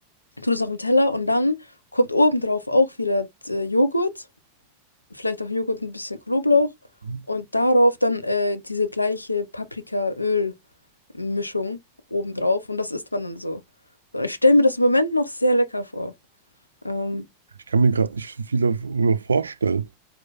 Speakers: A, on the left (about 80°); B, on the right (about 75°).
A: tut es auf den Teller und dann kommt obendrauf auch wieder äh, Joghurt, vielleicht auch Joghurt mit ein bisschen Knoblauch
B: mhm.
A: und darauf dann äh, diese gleiche Paprikaöl. Mischung obendrauf und das isst man dann so. Und ich stelle mir das im Moment noch sehr lecker vor. Ähm,
B: Ich kann mir gerade nicht so viel darüber vorstellen.